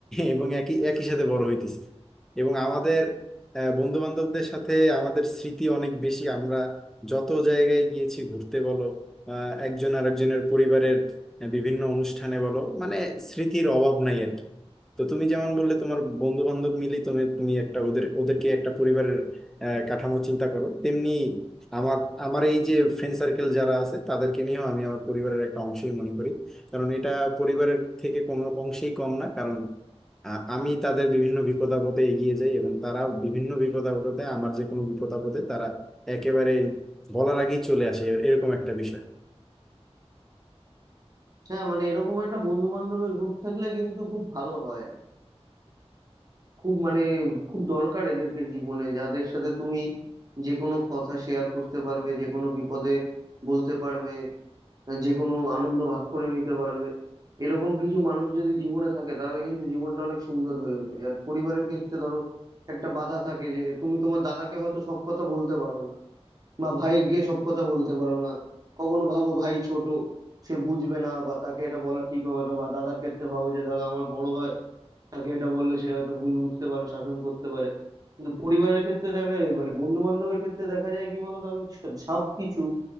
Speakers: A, in the centre; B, on the right.
A: এবং একই একই সাথে বড় হইতেছি এবং আমাদের বন্ধু বান্ধবদের সাথে আমাদের স্মৃতি অনেক বেশি আমরা যত জায়গায় গিয়েছি ঘুরতে বলো আহ, একজন আরেকজনের পরিবারের আহ, বিভিন্ন অনুষ্ঠানে বলো মানে স্মৃতির অভাব নাই আর কি। তো তুমি যেমন বললে তোমার বন্ধু বান্ধব মিলেই তুমি তুমি একটা ওদের ওদেরকে একটা পরিবারের আহ, কাঠামো চিন্তা করো তেমনি আমার আমার এই যে ফ্রেন্ড সার্কেল যারা আছে তাদেরকে নিয়েও আমি আমার পরিবারের একটা অংশই মনে করি কারণ এটা পরিবারের থেকে কোনো অংশেই কম না কারণ আহ, আমি তাদের বিভিন্ন বিপদ আপদে এগিয়ে যাই এবং তারা বিভিন্ন বিপদ আপদে আমার যে কোনো বিপদ আপদে তারা একেবারে বলার আগেই চলে আসে এ- এরকম একটা বিষয়
B: হ্যাঁ মানে এরকম একটা বন্ধু বান্ধবের গ্রুপ থাকলে কিন্তু খুব ভালো হয় খুব মানে খুব দরকার এদেরকে জীবনে যাদের সাথে তুমি যে কোনো কথা শেয়ার করতে পারবে যে কোনো বিপদে বলতে পারবে যে কোনো আনন্দ ভাগ করে নিতে পারবে এরকম কিছু মানুষ যদি জীবনে থাকে তাহলে কিন্তু জীবনটা অনেক সুন্দর হয়ে ওঠে আর পরিবারের ক্ষেত্রে ধরো একটা বাধা থাকে যে তুমি তোমার দাদাকে হয়তো সব কথা বলতে পারো না বা ভাইকে সব কথা বলতে পারো না কখনো ভাবো ভাই ছোট সে বুঝবে না বা তাকে এটা বলা ঠিক হবে না বা দাদার ক্ষেত্রে ভাবো যে দাদা আমার বড় হয় তাকে এটা বললে সে হয়তো ভুল বুঝতে পারে শাসন করতে পারে কিন্তু পরিবারের ক্ষেত্রে দেখা মানে বন্ধু বান্ধবের ক্ষেত্রে দেখা যায় কি বলতো আমি সব কিছু